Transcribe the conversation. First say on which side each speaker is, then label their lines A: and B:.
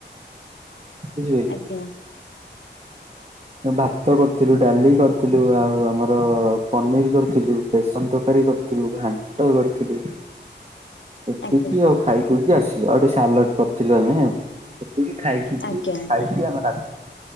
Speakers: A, on the right; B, on the left.
A: ବୁଝିପାଇଲେ।
B: ଆଜ୍ଞା
A: ଭାତ କରିଥିଲୁ, ଡାଲି କରିଥିଲୁ, ଆଉ ଆମର ପନିର୍ କରିଥିଲୁ, ବେସନ ତରକାରୀ କରିଥିଲୁ। ଆଉ ଘାଣ୍ଟ କରିଥିଲୁ। ଏତିକି
B: ଆଜ୍ଞା
A: ଆଉ ଖାଇ ଖୁଇକି ଆସିଲୁ ଆଉ ଗଟେ ସାଲେଡ କରିଥିଲୁ ଆମେ ଆଉ। ସେତିକି ଖାଇ ପିଇକି
B: ଆଜ୍ଞା ଆଜ୍ଞା
A: ଖାଇକି ଆମର ଆସିଲୁ